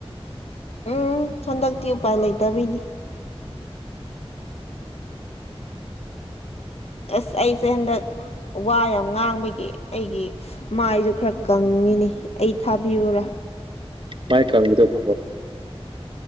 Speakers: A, on the left; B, on the right.
A: ꯎꯝ ꯍꯟꯗꯛꯇꯤ ꯎꯄꯥꯏ ꯂꯩꯇꯕꯤꯅꯤ ꯑꯁ ꯑꯩꯁꯦ ꯍꯟꯗꯛ ꯋꯥ ꯌꯥꯝ ꯉꯥꯡꯕꯒꯤ ꯑꯩꯒꯤ ꯃꯥꯏꯖꯨ ꯈꯔ ꯀꯪꯉꯤꯅꯤ ꯑꯩ ꯊꯥꯕꯤꯌꯨꯔꯥ
B: ꯃꯥꯏ ꯀꯪꯕꯗꯣ <unintelligible>